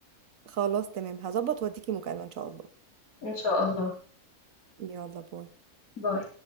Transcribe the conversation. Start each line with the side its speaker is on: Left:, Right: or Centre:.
Right: خلاص تمام هظبط واديكي مكالمه ان شاء الله
Left: ان شاء الله
Right: يلا باي
Left: باي